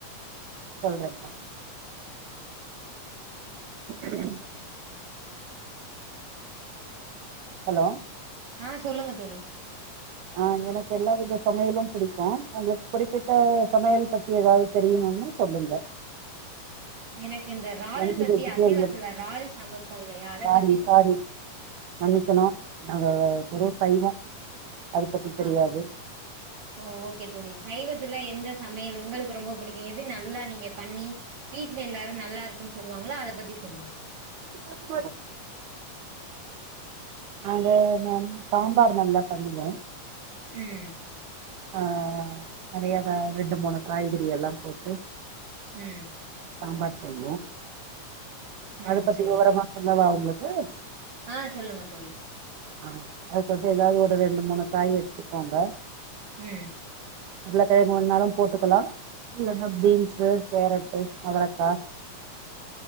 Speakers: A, on the right; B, on the right.
A: சொல்றேம்பா உம் ஹலோ
B: ஆ சொல்லுங்க தோழி
A: ஆ எனக்கு எல்லாவித சமையலும் பிடிக்கு உங்களுக்கு குறிப்பிட்ட சமையல் பத்தி எதாவது தெரியுமானா சொல்லுங்க
B: எனக்கு இந்த றால்
A: ஒன்லி
B: பத்தி
A: வெஜிடேரியன்
B: அசைவத்துல றால் சமைப்போ இல்லையா அத
A: சாரி
B: பத்தி சொல்லுங்க
A: சாரி மன்னிக்கணு நாங்க வெறு சைவோ அது பத்தி
B: ஆ
A: தெரியாது
B: ஓ ஓகே தோழி சைவத்துல எந்த சமையல் உங்களுக்கு ரொம்ப புடிக்கு எது நல்லா நீங்க பண்ணி வீட்ல எல்லாரு நல்லாருக்குன் சொல்வாங்களோ அத பத்தி சொல்லுங்க
A: <inaudible> நாங்க நா சாம்பார் நல்லா பண்ணுவே
B: ம்
A: ஆ நெறையா ரெண்டு மூணு காய்கறி எல்லாம் போட்டு
B: ம்
A: சாம்பார் செய்வோ
B: ம்
A: அத பத்தி
B: சேரி
A: விவரமா சொல்லவா உங்களுக்கு
B: ஆ சொல்லுங்க தோழி
A: ஆ அதுக் வந்து எதாவது ஒரு ரெண்டு மூணு காய் எடுத்துகோங்க
B: ம்
A: உருள கெழங்கு வேனாலு போட்டுக்கலா இல்லனா பீன்ஸு கேரட்டு அவரக்கா